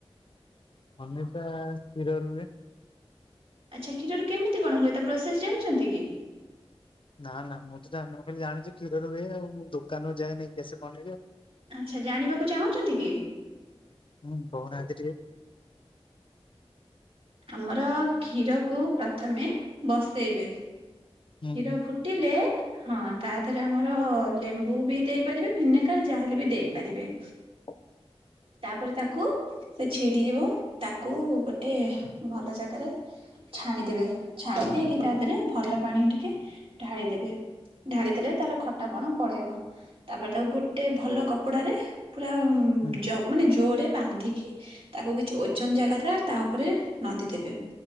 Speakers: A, on the left; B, on the right.
A: ପନିର୍ ଟା କ୍ଷୀରରୁ ହୁଏ।
B: ଆଚ୍ଛା କ୍ଷୀର କେମତି କଣ ହୁଏ ତା ପ୍ରୋସେସ୍ ଜାଣିଚନ୍ତିକି?
A: ନା ନା ମୁଁତ ଜାଣିନି ମୁଖାଲି ଜାଣିଚି କ୍ଷୀରରୁ ହୁଏ ଆଉ ଦୋକାନରୁ ଯାଏ ନେଇକି ଆସେ <unintelligible>
B: ଆଚ୍ଛା ଜାଣିବାକୁ ଚାହୁଁଚନ୍ତିକି?
A: ହୁଁ କହୁନାହାନ୍ତି ଟିକେ?
B: ଆମର କ୍ଷୀରକୁ ପ୍ରଥମେ ବସେଇବେ
A: ହୁଁ
B: କ୍ଷୀର ଫୁଟିଲେ ହଁ ତାଦେରେ ଆମର ଲେମ୍ବୁବି ଦେଇପାରିବେ ଭିନେଗାର ଯାହାହେଲେବି ଦେଇପାରିବେ।
A: <inaudible>
B: ତାପରେ ତାକୁ ସେ ଛିଡ଼ିଯିବ ତାକୁ ଗୋଟେ ଭଲ ଜାଗାରେ ଛାଣିଦେବେ ଛାଣି ଦେଇକି ତାଦେହରେ ଭଲ ପାଣି ଟିକେ ଢାଳିଦେବେ ଢାଳିଦେଲେ ତାର ଖଟାପଣ ପଳେଇବ। ତାପରେ ତାକୁ ଗୋଟେ ଭଲ କପଡ଼ାରେ ପୁରା
A: ହୁଁ
B: ଜ ମାନେ ଜୋରେ ବାନ୍ଧିକି ତାକୁ କିଛି ଓଜନ ଜାଗାଟା ତାଉପରେ ନଦୀ ଦେବେ